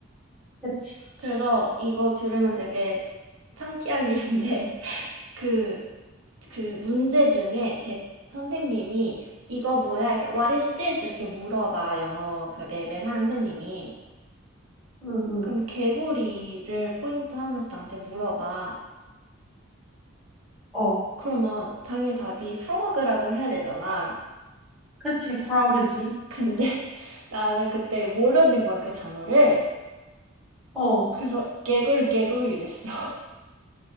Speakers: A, in the centre; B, on the right.
A: 그치, 그치.
B: 그래서 이거 들으면 되게 창피한 <laughs> 일인데 그, 그 문제 중에 이렇게 선생님이 이거 뭐야? 이렇게 What is this? 이렇게 물어봐. 영어 그 레벨 한 선생님이.
A: 응, 응.
B: 그럼 개구리를 포인트 하면서 나한테 물어봐.
A: 어.
B: 그러면 당연히 답이 frog라고 해야 되잖아.
A: 그치, 프로그지?
B: 근데 <laughs> 나는 그때 모르는 거야, 그 단어를.
A: 어.
B: 그래서 개구리 개구리 이랬어.